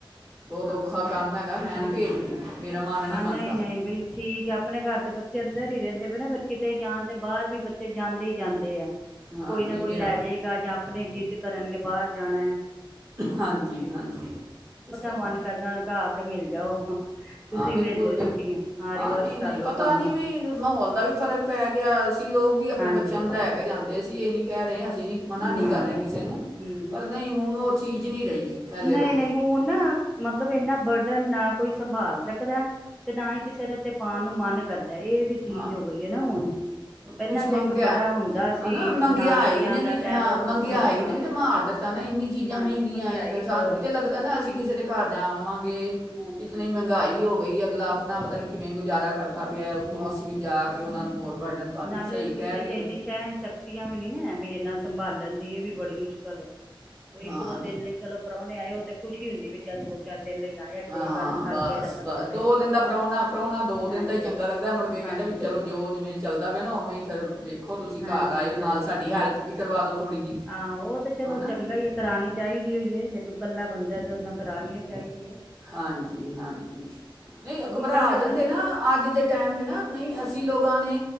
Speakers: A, on the right; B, in the centre.
A: ਬਹੁਤ
B: ਹਾਂ
A: ਔਖਾ
B: ਉਹ
A: ਕੰਮ
B: ਤੇ
A: ਹੈਗਾ ਮੈਂ
B: ਹਾਂਜੀ
A: ਨੀ ਭੇਜਦੀ
B: ਹਾਂ
A: ਮੇਰਾ ਮਨ ਨੀ
B: ਹਾਂ ਨਹੀਂ
A: ਮੰਨਦਾ।
B: ਨਹੀਂ ਬਿਲ ਠੀਕ ਹੈ ਆਪਣੇ ਘਰ ਤੇ ਬੱਚੇ ਅੰਦਰ ਹੀ ਰਹਿੰਦੇ ਪਏ ਨਾ ਫਿਰ ਕਿਤੇ ਜਾਣ ਤੇ ਬਾਹਰ ਵੀ ਬੱਚੇ ਜਾਂਦੇ ਹੀ ਜਾਂਦੇ ਆ।
A: ਹਾਂ
B: ਕੋਈ
A: ਨਹੀਂ
B: ਨਾ ਕੋਈ
A: ਮੇਰਾ
B: ਲੈ ਜਾਏਗਾ ਜਾਂ ਆਪਣੇ ਜਿੱਦ ਕਰਨਗੇ। <unintelligible> ਜਾਣਾ ਐ।
A: ਹਾਂਜੀ-ਹਾਂਜੀ ਇਸ ਕਰਕੇ,
B: ਮਨ ਕਰਦਾ ਉਹਨੂੰ ਕਹਾ ਮਿਲ ਜਾਓ, ਤੁਸੀਂ
A: ਹਾਂ ਬਿਲਕੁਲ-ਬਿਲਕੁਲ
B: ਮਿਲ ਜਾਓ ਛੁੱਟੀਆਂ
A: ਹਾਂ
B: ਰਿਵਰਸ
A: ਨਹੀਂ-ਨਹੀਂ
B: ਕਰ ਲਓ
A: ਪਤਾ
B: ਕੰਮ
A: ਨੀ ਵੀ ਮਾਹੌਲ ਦਾ ਵੀ ਫ਼ਰਕ ਪੈ ਗਿਆ ਅਸੀਂ ਲੋਕ ਵੀ ਆਪਣੇ
B: ਹਾਂਜੀ
A: ਬੱਚਿਆਂ ਨੂੰ ਲੈ ਕੇ ਜਾਂਦੇ ਸੀ ਇਹ ਨੀ ਕਹਿ ਰਹੇ। ਮਨਾ ਨੀ
B: ਹਾਂ
A: ਕਰ ਰਹੇ ਕਿਸੇ ਨੂੰ
B: ਹਮ
A: ਪਰ ਨਹੀਂ ਹੁਣ ਉਹ ਚੀਜ਼ ਨੀ ਰਹੀ। ਪਹਿਲੇ
B: ਨਹੀਂ-ਨਹੀਂ
A: ਵਾਲੀ
B: ਹੁਣ ਨਾ ਮਤਲਬ ਇਨਾ ਬਰਡਨ ਨਾ, ਕੋਈ ਸੰਭਾਲ ਸਕਦਾ ਹੈ ਤੇ ਨਾ ਹੀ ਕਿਸੇ ਤੇ ਪਾਣ ਨੂੰ ਮਨ ਕਰਦਾ। ਹੈ। ਇਹ ਵੀ ਚੀਜ਼
A: ਹਾਂ
B: ਹੋ ਗਈ ਹੈ ਨਾ ਹੁਣ ਪਹਿਲਾਂ
A: ਕੁਛ ਮੰਗਿਆ
B: ਤੇ ਇੱਕ ਬੜਾ ਹੁੰਦਾ ਸੀ
A: ਹਨਾ ਮੰਗਿਆਈ
B: ਨਾਨਕਿਆਂ
A: ਨੇ
B: ਦਾ
A: ਵੀ
B: ਕਹਿ
A: ਹਾਂ
B: ਲਓ
A: ਮੰਗਿਆਈ
B: ਕੁਛ ਹਾਂ
A: ਨੇ ਵੀ ਤੇ ਮਾਰ ਦਿੱਤਾ ਨਾ ਇੰਨੀ ਚੀਜ਼ਾਂ
B: ਹਾਂਜੀ
A: ਮਹਿੰਗੀਆਂ।
B: ਮਹਿੰਗਾਈ ਬਹੁਤ
A: ਸਾਨੂੰ ਵੀ ਤਾਂ
B: ਹੈ।
A: ਲੱਗਦਾ
B: ਹੋਰ
A: ਨਾ ਅਸੀਂ
B: ਕੀ
A: ਕਿਸੇ ਦੇ ਘਰ ਜਾ ਲਵਾਂਗੇ
B: ਹਾਂਜੀ
A: ਇਤਨੀ ਮਹਿੰਗਾਈ ਹੋ ਗਈ ਅਗਲਾ ਆਪਣਾ
B: ਹੋਰ
A: ਪਤਾ
B: ਕੀ
A: ਨਹੀਂ ਕਿਵੇਂ ਗੁਜ਼ਾਰਾ ਕਰਦਾ ਪਿਆ। ਉੱਤੋਂ
B: ਹਾਂਜੀ
A: ਅਸੀਂ ਵੀ ਜਾ ਕੇ ਉਹਨਾਂ ਨੂੰ ਹੋਰ ਬਰਡਨ
B: ਹਾਂ
A: ਪਾ ਲਈ
B: ਨਾਲੇ
A: ਸਹੀ ਕਹਿ
B: ਕਿਸੇ
A: ਰਹੇ
B: ਚ
A: ਹੋ
B: ਇੰਨੀ
A: ਤੁਸੀਂ
B: ਸ਼ਹਿ ਸ਼ਕਤੀਆਂ ਵੀ ਨੀ ਨਾ ਵੀ ਇਨਾ ਸੰਭਾਲਣ ਦੀ ਇਹ ਵੀ ਬੜੀ ਮੁਸ਼ਕਲ
A: ਹਾਂ
B: ਇੱਕ ਦੋ
A: ਨਹੀਂ
B: ਦਿਨ ਲਈ ਚਲੋ ਪ੍ਰਾਹਣੇ ਆਏ ਉਹ ਤਾਂ ਖੁਸ਼ੀ ਹੁੰਦੀ ਵੀ ਚੱਲ ਦੋ ਚਾਰ ਦਿਨ ਲਈ ਆਏ ਆ ਕੋਈ
A: ਹਾਂ ਹਾਂ
B: ਗੱਲ ਨੀ
A: ਬਸ
B: ਹਰ ਕਿਸੇ ਦਾ ਬਣਿਆ
A: ਬਸ ਦੋ
B: ਇਸ
A: ਦਿਨ
B: ਤਰ੍ਹਾਂ
A: ਦਾ ਫਰਾਾਹੁਣਾ ਫਰਾਹੁੁਣਾ ਦੋ
B: ਹਾਂਜੀ
A: ਦਿਨ ਦਾ ਹੀ ਚੰਗਾ ਲੱਗਦਾ ਮੁੜਕੇ ਕਹਿੰਦਾ
B: ਹਾਂਜੀ
A: ਵੀ ਚਲੋ ਜੋ ਜਿਵੇਂ ਚੱਲਦਾ ਪਿਆ ਨਾ ਉਵੇਂ ਹੀ ਫਿਰ ਵੇਖੋ ਤੁਸੀਂ
B: ਹਾਂਜੀ
A: ਘਰ ਆਇਓ
B: ਹਾਂਜੀ
A: ਨਾਲ ਸਾਡੀ ਹੈਲਪ ਵੀ ਕਰਵਾ ਦੋ ਥੋੜ੍ਹੀ ਜਿਹੀ
B: ਹਾਂ ਉਹ ਤੇ ਚਲੋ
A: ਹੈ ਨਾ
B: ਚੰਗਾ ਹੀ ਹੈ ਕਰਾਉਣੀ ਚਾਹੀਦੀ ਹੋਈ ਹੈ ਜੇ ਕੋਈ ਇਕੱਲਾ ਬੰਦਾ ਤਾਂ ਉਹ ਨਾਲ ਕਰਣੀੀ ਚਾਹੀਦੀ ਹੈ
A: ਹਾਂਜੀ ਹਾਂਜੀ
B: ਹਾਂ
A: ਨਹੀਂ ਉਹ
B: ਉਹੀ
A: ਘਬਰਾ
B: ਇਕੱਲੇ
A: ਆ ਜਾਂਦੇ
B: ਬੱਚੇ
A: ਨਾ ਅੱਜ ਦੇ ਟਾਈਮ ਚ ਨਾ ਨਹੀਂ ਅਸੀਂ ਲੋਕ ਣੇ